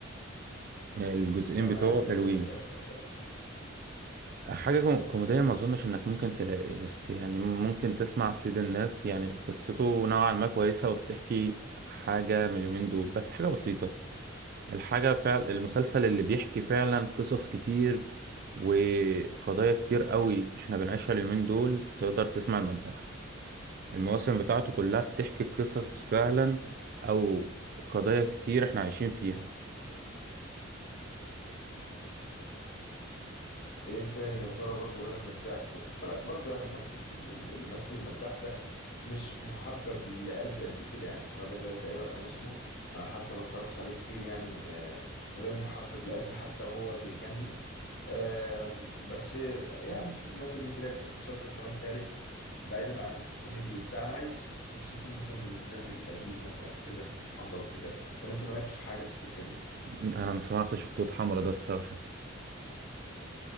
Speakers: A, on the right; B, on the left.
A: الجزئين
B: تمام
A: بتوعه
B: ايه
A: حلوين
B: تاني غير اشغال شقه
A: حاجة كوم- كوميدية ما أظنش إنك ممكن تلاقي بس يعني ممكن تسمع سيد الناس يعني قصته نوعا ما كويسة وبتحكي حاجة من اليومين دول بس حاجة بسيطة الحاجة فعل المسلسل اللي بيحكي فعلا قصص كتير وقضايا كتير قوي إحنا بنعيشها اليومين دول تقدر تسمع المداح المواسم بتاعته كلها بتحكي قصص فعلا أو قضايا كتير إحنا عايشين فيها
B: ايه تاني يا ترى برضو غير المداح وخد بالك برضو يعني الممثل اللي مثل المداح ده مش محبب لقلبي قد كده يعني حمادة هلال تقريبا او اسمه انا حتى ما اتفرجتش عليه كتير يعني آه، غير محبب لقلبي حتى وهو بيغني آم، بس آه، يعني نشوف لنا فيلم كده ك- مسلسل كمان تالت بعيدا عن كوميدي وبتاع انا عايز في مسلسل مثلا من الزمن القديم مثلا حاجة زي خطوط حمراء وكده ولا انت مالكش حاجة في السكة دي
A: أنا ما سمعتش خطوط حمراء ده الصراحة